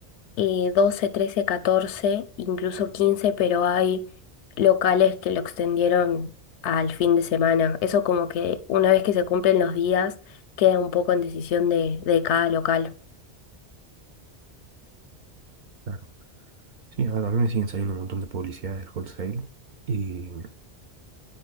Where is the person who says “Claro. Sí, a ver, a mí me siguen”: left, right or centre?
Right